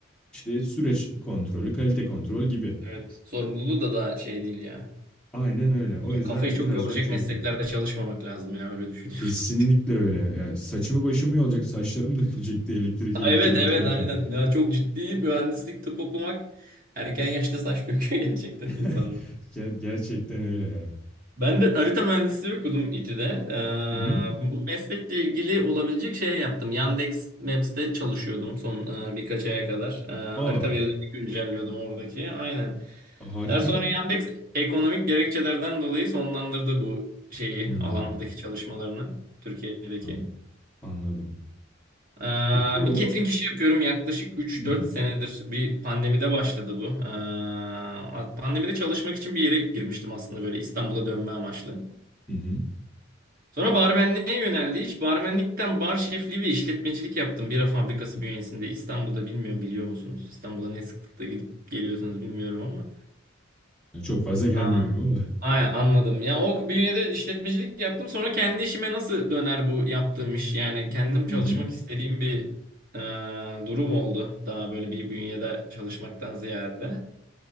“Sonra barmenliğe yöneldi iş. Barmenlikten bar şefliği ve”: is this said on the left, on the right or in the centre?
Right